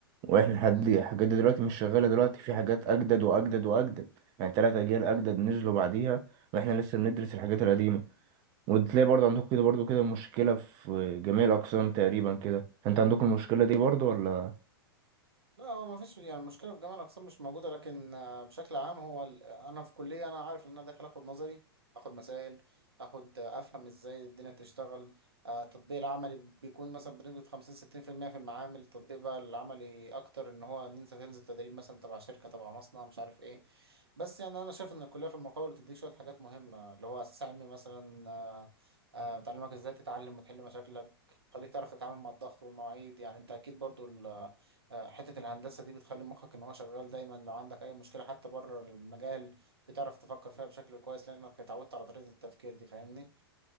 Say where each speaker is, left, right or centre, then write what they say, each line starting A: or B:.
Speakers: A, on the right; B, on the right.
A: واحنا لحد
B: مم،
A: الحاجات دي دلوقتي مش شغالة دلوقتي في حاجات اجدد واجدد واجدد يعني تلات اجيال اجدد
B: مم،
A: نزلوا بعديها واحنا لسه بندرس الحاجات القديمة وتلاقي برضه
B: مم.
A: عندكم كده برضه كده مشكلة في جميع الأقسام تقريبا كده انت عندكم المشكلة دي برضه ولا
B: لا هو ما فيش يعني المشكله في جميع الاقسام مش موجوده لكن آه، بشكل عام هو ال- آه، انا في كليه انا عارف ان انا داخل اخد نظري اخد مسائل اخد آه، افهم ازاي الدنيا بتشتغل آه، التطبيق العملي بيكون مثلا بنسبه 50 60% في المية في المعامل التطبيق بقى العملي اكتر ان هو ان انت تنزل تدريب مثلا تبع شركه تبع مصنع مش عارف ايه بس يعني انا شايف ان الكليه في المقاول بتديك شويه حاجات مهمه اللي هو اساس علمي مثلا آه، آه، بتعلمك ازاي تتعلم وتحل مشاكلك خليك تعرف تتعامل مع الضغط والمواعيد يعني انت اكيد برضو آه، حتة الهندسة دي بتخلي مخك إن هو شغال دايما لو عندك أي مشكلة حتى بره المجال بتعرف تفكر فيها بشكل كويس لأنك اتعودت على طريقة التفكير دي فاهمني؟